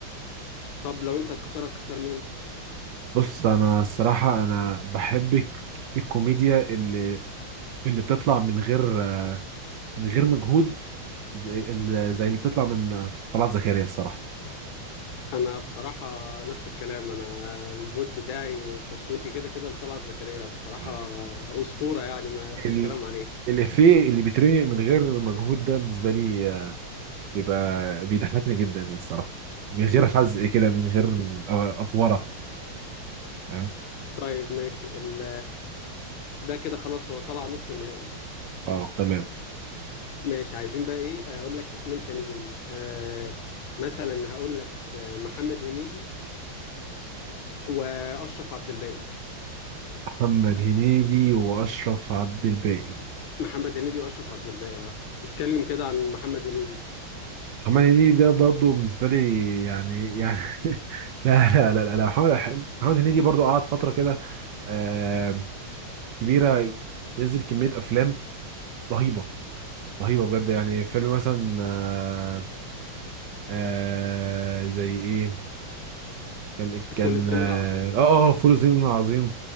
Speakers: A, on the left (about 75°); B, on the right (about 65°).
A: طب لو انت تختار تختار مين
B: بص أنا الصراحة أنا بحب الك- الكوميديا اللي اللي بتطلع من غير آه، من غير مجهود زي ال- زي اللي بتطلع من آه، طلعت زكريا الصراحة
A: انا بصراحه نفس الكلام انا الفوت بتاعي تصويتي كده كده لطلعت زكريا بصراحه
B: اه
A: اسطوره يعني ما فيش
B: ال...
A: كلام عليه
B: الإفيه اللي بيترمي من غير مجهود ده بالنسبة لي آه، بيبقى بيضحكني جدا يعني الصراحة من غير
A: <laughs>
B: حزق كده من غير آه، أفورة فاهم
A: طيب ماشي ال ده كده خلاص هو طلع نص النهائي
B: اه تمام
A: ماشي عايزين بقى ايه اقول لك اسمين تانيين آه مثلا هقول لك آه، محمد هنيدي واشرف عبد الباقي
B: محمد هنيدي وأشرف عبد الباقي
A: محمد هنيدي واشرف عبد الباقي اه اتكلم كده عن محمد هنيدي
B: محمد هنيدي ده برضه بالنسبه لي يعني يعني <laughs> لا لا لا لا محمد محمد هنيدي برضه قعد فتره كده آه كبيره ينزل كميه افلام رهيبه رهيبه بجد يعني فيلم مثلا آه آه زي ايه كان كان
A: فول الصين
B: اه
A: العظيم
B: اه آه، فول الصين العظيم